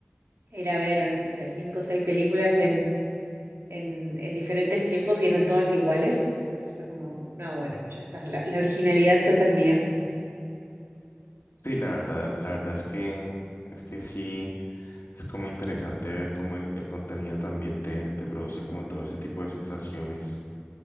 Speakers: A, on the right; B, on the left.
A: era ver, no sé, cinco o seis películas en, en diferentes tiempos y eran todas iguales. Entonces fue como, no, bueno, ya está, la, la originalidad se terminó.
B: Sí, la verdad, la verdad es que es que sí, es como interesante ver cómo el, el contenido también te, te produce como todo ese tipo de sensaciones.